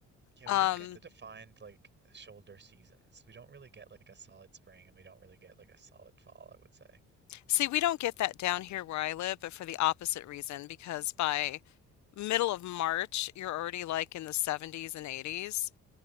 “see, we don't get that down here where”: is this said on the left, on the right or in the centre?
Left